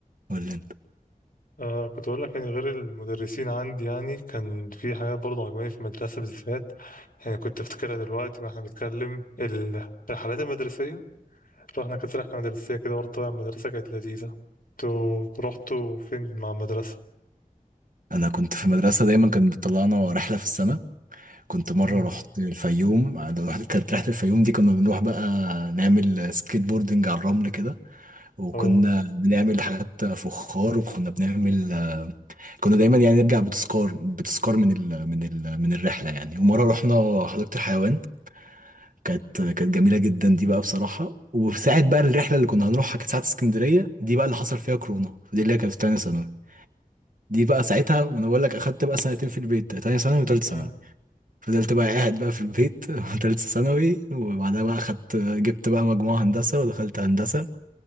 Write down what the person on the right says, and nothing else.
قول لي انت
انا كنت في المدرسه دايما كانت بتطلعنا رحله في السنه كنت مره
رحت الفيوم عاد- كانت رحله الفيوم دي كنا بنروح بقى نعمل سكيت بوردنج على الرمل كده وكنا
بنعمل حاجات فخار وكنا بنعمل كنا دايما يعني نرجع بتذكار بتذكار من ال من ال من الرحله يعني ومره رحنا حديقه الحيوان كانت كانت جميله جدا دي بقى بصراحه وساعه بقى الرحله اللي كنا هنروحها كانت ساعه اسكندريه دي بقى اللي حصل فيها كورونا دي اللي هي كانت في تانية ثانوي دي بقى ساعتها انا بقول لك اخدت بقى سنتين في البيت تانية ثانوي وتالتة
ثانوي فضلت بقى قاعد بقى في البيت <laughs> تالتة ثانوي وبعدها بقى اخدت جبت بقى مجموعة هندسة ودخلت هندسة